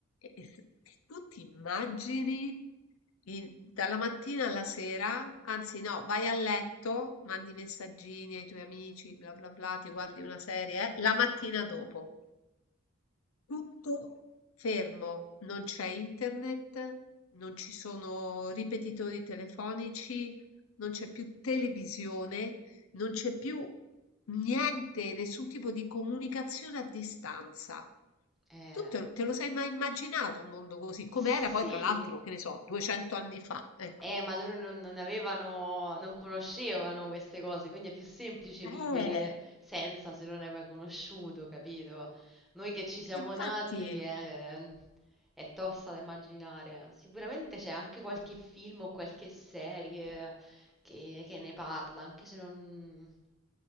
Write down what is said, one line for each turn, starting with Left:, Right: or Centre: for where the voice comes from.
Left: E e se tu ti immagini in- dalla mattina alla sera, anzi no, vai a letto, mandi messaggini ai tuoi amici, bla bla bla, ti guardi
Centre: Mhm.
Left: una serie, eh, la mattina dopo. Tutto fermo, non c'è internet, non ci sono ripetitori telefonici, non c'è più televisione, non c'è più niente, nessun tipo di comunicazione a distanza.
Centre: Eh,
Left: Tu te, te lo sei mai immaginato un mondo così? Come
Centre: sì,
Left: era poi, tra l'altro, che ne so, 200 anni fa, ecco.
Centre: eh, ma loro non, non avevano, non conoscevano queste cose, quindi è più semplice
Left: Eh,
Centre: vivere senza se non hai mai conosciuto, capito? Noi che ci siamo
Left: infatti.
Centre: nati eh, è tosta da immaginare. Sicuramente c'è anche qualche film o qualche serie che, che ne parla, anche se non...